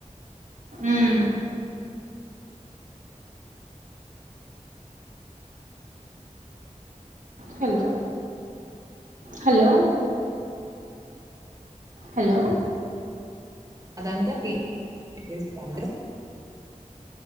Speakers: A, on the right (about 25°); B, on the right (about 80°).
A: అ
B: ఉమ్ హలో హలో హలో
A: అదంతా తీసుకోం